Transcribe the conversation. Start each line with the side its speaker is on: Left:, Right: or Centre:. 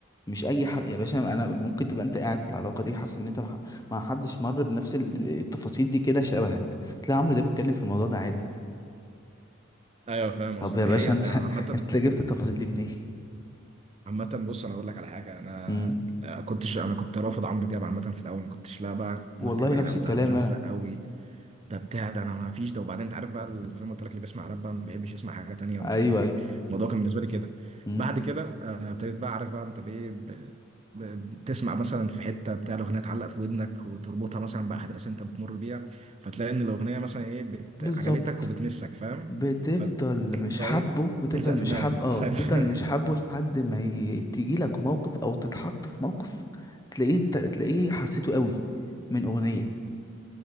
Left: مش أي حد يا باشا أنا ممكن تبقى أنت قاعد في العلاقة دي حاسس إن أنت مح- ما حدش مر بنفس ال- التفاصيل دي كده شبهك تلاقي عمرو دياب بيتكلم في الموضوع ده عادي
Right: أيوه فاهم
Left: طب
Right: قصدك
Left: يا
Right: دي
Left: باشا
Right: حقيقة
Left: أنت
Right: فعلا
Left: <laughs>
Right: عامة
Left: أنت جبت التفاصيل دي منين؟ <laughs>
Right: عامة بص أنا أقول لك على حاجة أنا
Left: مم.
Right: كنتش أنا كنت رافض عمرو دياب عامة في الأول ما كنتش لا بقى
Left: والله
Right: عمرو دياب يا
Left: نفس
Right: جدعان
Left: الكلام
Right: ده ملزق
Left: أنا
Right: قوي ده بتاع ده انا ما فيش ده وبعدين انت عارف بقى ال- زي ما قلت لك اللي بيسمع راب بقى ما بيحبش يسمع حاجه تانية ومش
Left: ايوه
Right: عارف ايه
Left: ايوه
Right: الموضوع كان بالنسبه لي كده
Left: مم.
Right: بعد كده آه، ابتديت بقى عارف بقى انت بايه ب- ب- بتسمع مثلا في حته بتاع الاغنيه تعلق في ودنك وتربطها مثلا باحداث انت بتمر بيها فتلاقي ان الاغنيه مثلا ايه بت...
Left: بالظبط
Right: عجبتك وبتمسك فاهم
Left: بتفضل
Right: فتقوم
Left: مش
Right: بقى
Left: حابه
Right: ايه
Left: بتفضل
Right: تلزق في
Left: مش
Right: دماغك
Left: حاب
Right: بقى
Left: اه
Right: فاهم
Left: بتفضل
Right: <laughs>
Left: مش حابه لحد ما تيجي لك موقف او تتحط في موقف تلاقيه انت تلاقيه حسيته قوي من اغنية